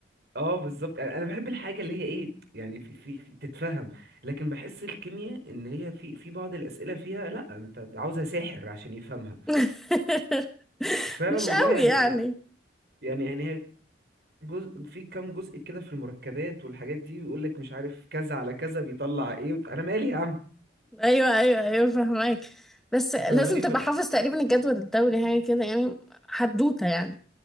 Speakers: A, on the right (about 55°); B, in the centre.
A: اه بالظبط يعني انا بحب الحاجة اللي هي ايه يعني في في في- تتفهم لكن بحس الكيمياء ان هي في في بعض الأسئلة فيها لا انت عاوزها ساحر عشان يفهمها
B: <laughs>
A: فعلا
B: مش
A: والله
B: قوي
A: يعني
B: يعني
A: انا يعني يعني هي جزء في كام جزء كده في المركبات والحاجات دي ويقول لك مش عارف كذا على كذا بيطلع ايه وت- انا مالي يا عم
B: ايوه ايوه ايوه فهمك بس لازم
A: فاهماني
B: تبقى حافظ تقريبا الجدول الدوري حاجه كده يعني حدوته يعني